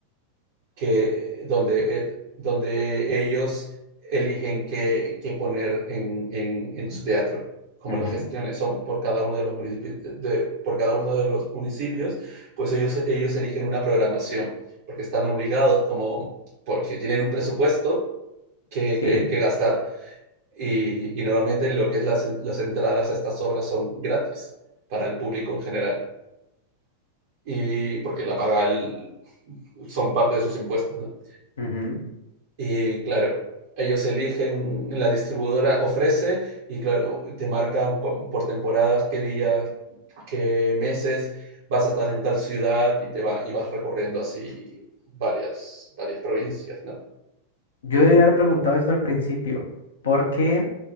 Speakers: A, on the right (about 55°); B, on the left (about 65°).
A: que, donde, eh, donde ellos eligen qué, qué poner en, en, en, su teatro, como
B: Ujú,
A: las gestiones son por cada uno de los municipios, de, por cada uno de los municipios, pues ellos, ellos eligen una programación, porque están obligados como, porque tienen un presupuesto que,
B: Sí.
A: que, que gastar. Y, y, normalmente lo que es las, las entradas a estas obras son gratis para el público en general, y porque la paga el, son parte de sus impuestos, ¿no?
B: Ujú.
A: Y claro, ellos eligen, la distribuidora ofrece y claro, te marcan con- por temporadas qué días, qué meses vas a estar en tal ciudad y te va, y vas recorriendo así varias, varias provincias, ¿no?
B: Yo debí haber preguntado esto al principio. ¿Por qué